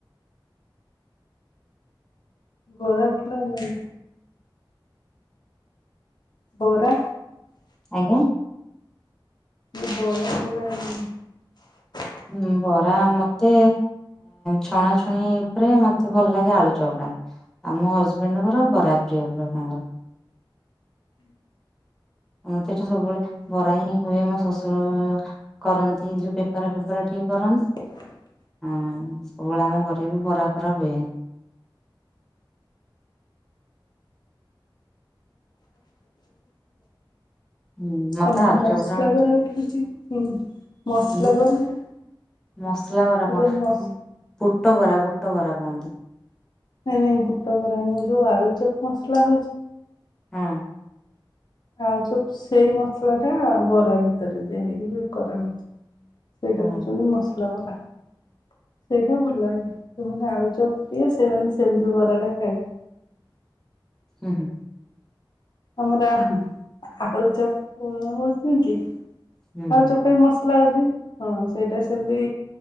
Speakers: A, on the left (about 55°); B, in the centre.
A: ଗୋରାପ ଫୁଲ ମିଳୁନେ ବୋରା,
B: ଆଜ୍ଞା,
A: ମୁଁ ବରାଫୁଲ ଆଣିଲି ନାଇଁ।
B: ଁ ବରା ମତେ ଛଣାଛୁଣି ଉପରେ ମତେ ଭଲ ଲାଗେ ଆଳୁ ଚପଟା। ଆମ ହଜବେଣ୍ଡଙ୍କର ବରା ପ୍ରିୟ ପୁରା ତାଙ୍କର।
A: ହୁଁ,
B: ମତେ ଏଟା ସବୁବେଳେ ବରା ହିଁ ହୁଏ ମୋ ଶଶୁର କରନ୍ତି ଯୋଉ ବେପାର ଫେପାର ଟିକେ ଫ୍ରାନ୍ସ,
A: ହ <inaudible>
B: ହଁ ସବୁବେଳେ ଆମ ଘରେ ବି ବରା ଫରା ହୁଏ। ହୁଁ ମତେ
A: ଆଉ
B: ଆଳୁ
A: ମସଲା
B: ଚପ୍ ଟା
A: ବରା ଗୋଟେ ହଉଚି। ହୁଁ ମସଲା
B: ବୁ
A: ବରାଟା।
B: ମସଲା ବରା
A: ଗୋଟେ
B: କଣ
A: ମସ୍
B: ବୁଟ ବରା ବୁଟ ବରା କୁହନ୍ତି।
A: ନାଇଁ ନାଇଁ ବୁଟ ଭରା ନଉ ଯୋଉ ଆଳୁ ଚପ ମସଲା ହଉଛି
B: ହଁ।
A: ଆଉ ସ ସେଇ ମସଲା ଟା ବରା ଭିତରେ ଦିଆ ହେଇକି ବି କରାହଉଛି ସେଇଟା
B: ହଁ
A: କହୁଛନ୍ତି, ମସଲା ପରା ସେଇଟା ଭଲେ ସେମାନେ ଆଉଛ, ପ୍ରିୟ ସେମାନେ ସେମିତି ଭରାଟା ଖାଇବେ
B: ହୁଁ ହୁଁ।
A: ଆମର ଆଳୁଚପ ହଉଛି କି
B: ହୁଁ।
A: ଆଳୁଚପ ପାଇଁ ମ ଉ ହଁ ସେଇଟା ସେମତି